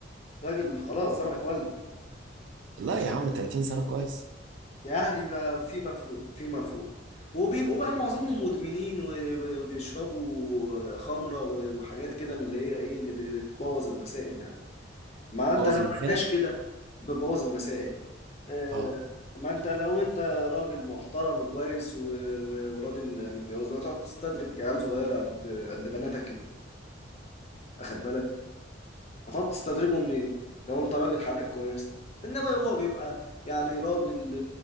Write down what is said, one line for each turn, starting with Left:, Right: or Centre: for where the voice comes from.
Left: راجل خلاص زمنك ولى
Right: لا يا عم 30 سنة كويس
Left: يعني بقى فيما فوق فيما فوق وبيبقوا بقى معظمهم مدمنين و- و- وبيشربوا خمرة و- وحاجات كده من اللي هي ايه اللي بتبوظ المسائل يعني ما انت
Right: بوظ
Left: لو ما
Right: المكانة
Left: انتش كده بتبوظ المسائل آه،
Right: اه
Left: ما انت لو انت راجل محترم وكويس و... و... وراجل متجوز لا تقعد تستدرج عيال صغيره قد قد بناتك ليه اخد بالك هتقعد تستدرجهم ليه لو انت راجل حياتك كويس انما هو بيبقى يعني راجل